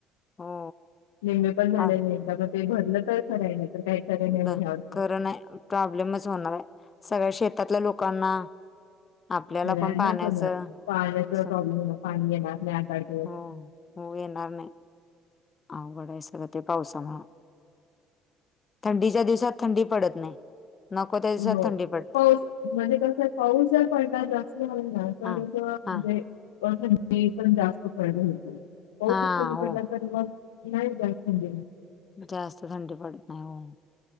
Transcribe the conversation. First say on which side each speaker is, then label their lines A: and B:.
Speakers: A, on the left; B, on the left.
A: हो
B: निमे पण झाले
A: हा
B: नाही म ते भरलं तर खरय नाही काही खरे नाही
A: ब
B: मग यावर्षी
A: खरं नाही प्रॉब्लेमच होणार आहे सगळ्या शेतातल्या लोकांना आपल्याला
B: सगळ्यांचा
A: पण पाण्याचं
B: तोच पाण्याचा
A: स
B: प्रॉब्लेम,, पाणी एनार नाही आता सात आठ दिवस
A: हो हो,, येणार नाही. अघगड आय सगळ ते पावसामुळे थंडीच्या दिवसात थंडी पडत नाही ह्या दिवसात
B: हो.
A: थंडी पडत्या
B: पाऊस, म्हणजे तस पाऊस जर पडला, जास्त झाला, पण
A: हा
B: ते
A: हा
B: म्हणजे पण जास्त पडले होतो,, पाऊसच
A: हा
B: कमी
A: हो
B: पडला तर मग,, नाही जाय म्हज
A: जास्त थंडी पडत नाही, होय,,